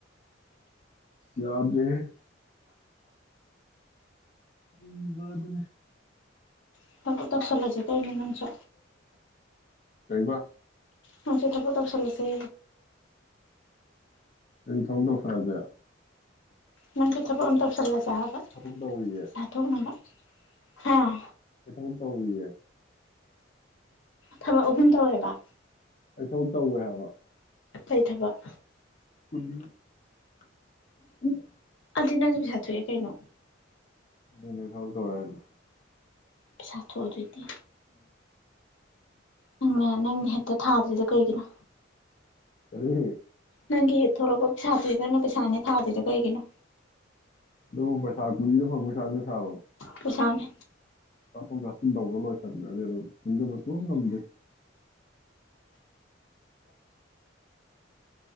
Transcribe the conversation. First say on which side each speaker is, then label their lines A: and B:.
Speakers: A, on the left (about 40°); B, on the left (about 80°).
A: ꯌꯥꯗ꯭ꯔꯦꯍꯦ ꯇꯤꯕꯗꯨꯅꯦ
B: <unintelligible> ꯇꯧꯁꯜꯂꯁꯦ ꯀꯩꯅꯣ ꯅꯪꯁꯨ
A: ꯀꯩꯕ
B: ꯅꯪꯁꯨ ꯊꯕꯛ ꯇꯧꯁꯜꯂꯁꯦ
A: ꯑꯩ ꯊꯥꯕꯛ ꯇꯧꯁꯜꯂꯛꯑꯒꯦ
B: ꯅꯪꯁꯨ ꯊꯕꯛ ꯑꯝ ꯇꯧꯁꯜꯂꯁꯦ ꯍꯥꯏꯕ ꯄꯩꯁꯥ
A: ꯊꯕꯛ ꯇꯧꯔꯤꯌꯦ
B: ꯊꯣꯛꯅꯕ ꯍꯥꯥ
A: ꯑꯩ ꯊꯕꯛ ꯇꯧꯔꯨꯏꯌꯦ
B: ꯊꯕꯛ ꯑꯍꯨꯝ ꯇꯧꯋꯦꯕ
A: ꯑꯩ ꯊꯕꯛ ꯇꯧꯔꯦ ꯍꯥꯏꯕ
B: ꯀꯩ ꯊꯕꯛ
A: <unintelligible> <inaudible>
B: ꯑꯗꯨꯗꯤ ꯅꯪꯁꯨ ꯄꯩꯁꯥ ꯊꯣꯛꯑꯦ ꯀꯩꯅꯣ
A: ꯅꯣꯢ ꯅꯦ ꯊꯕꯛ ꯇꯧꯔꯦ ꯍꯥꯏꯗꯨꯗꯤ
B: ꯄꯩꯁꯥ ꯊꯣꯛꯑꯗꯨꯗꯤ ꯅꯪꯅ ꯅꯪꯒꯤ ꯍꯟꯇꯛ ꯊꯥꯗ꯭ꯔꯤꯗꯣ ꯀꯩꯒꯤꯅꯣ
A: ꯀꯔꯤ
B: ꯅꯪꯒꯤ ꯊꯣꯛꯂꯛꯄ ꯄꯩꯁꯥꯗꯨꯗꯤ ꯅꯪꯅ ꯄꯩꯁꯥꯅꯦ ꯊꯥꯗ꯭ꯔꯤꯗꯣ ꯀꯩꯒꯤꯅꯣ
A: ꯅꯪꯕꯨ ꯄꯩꯁꯥ ꯀꯨꯂꯤꯅ ꯐꯪꯕ ꯄꯩꯁꯥꯕꯨ ꯄꯩꯁꯥꯥꯔꯣ
B: ꯄꯩꯁꯥꯅꯦ
A: ꯀꯥꯞꯊꯣꯛ ꯀꯥꯞꯁꯤꯟ ꯇꯩꯕꯗ ꯂꯣꯏꯁꯤꯟꯒ꯭ꯔꯅꯤ ꯑꯗꯨꯝ ꯇꯨꯟꯖꯟꯕ ꯁꯨꯉꯝ ꯉꯝꯗꯦ